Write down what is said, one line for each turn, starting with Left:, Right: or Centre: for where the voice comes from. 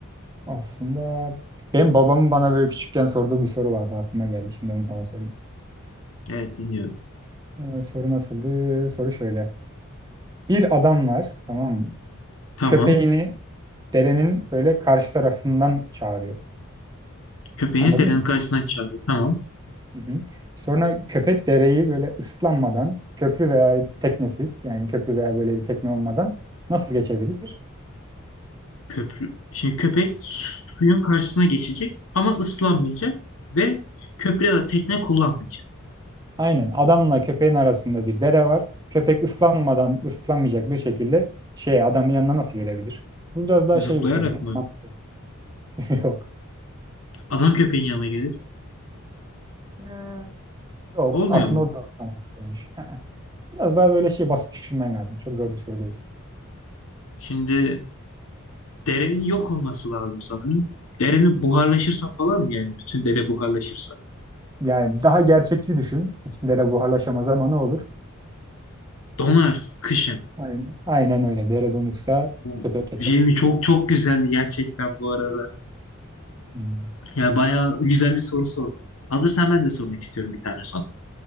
Right: aslında benim babamın bana böyle küçükken sorduğu bir soru vardı aklıma geldi. Şimdi onu sana sorayım.
Left: Evet dinliyorum.
Right: Ee, soru nasıldı? Soru şöyle. Bir adam var, tamam mı?
Left: Tamam.
Right: Köpeğini derenin böyle karşı tarafından çağırıyor.
Left: Köpeğini
Right: Anladın
Left: derenin
Right: mı?
Left: karşısına çağırıyor. Tamam.
Right: Hı hı. Sonra köpek dereyi böyle ıslanmadan, köprü veya teknesiz, yani köprü veya böyle bir tekne olmadan nasıl geçebilir?
Left: Köprü. Şimdi köpek suyun karşısına geçecek ama ıslanmayacak ve köprü ya da tekne kullanmayacak.
Right: Aynen. Adamla köpeğin arasında bir dere var. Köpek ıslanmadan, ıslanmayacak bir şekilde şey adamın yanına nasıl gelebilir? Bu biraz daha
Left: Zıplayarak
Right: şey bir soru. yani.
Left: mı?
Right: Mantıksal. <laughs> Yok.
Left: Adam köpeğin yanına gelir.
Right: Hmm. Yok.
Left: Olmuyor
Right: Aslında
Left: mu?
Right: o da mantıklıymış. Biraz daha böyle şey basit düşünmen lazım. Çok zor bir soru değil.
Left: Şimdi derenin yok olması lazım sanırım. Derenin buharlaşırsa falan yani bütün dere buharlaşırsa.
Right: Yani daha gerçekçi düşün. Bütün dere buharlaşamaz ama ne olur?
Left: Donar kışın.
Right: Aynen, aynen öyle. Dere donuksa
Left: Bu
Right: köpek geçer.
Left: şey mi? Çok çok güzeldi gerçekten bu arada.
Right: Hmm.
Left: Yani bayağı güzel bir soru sordun. Hazırsan ben de sormak istiyorum bir tane sana.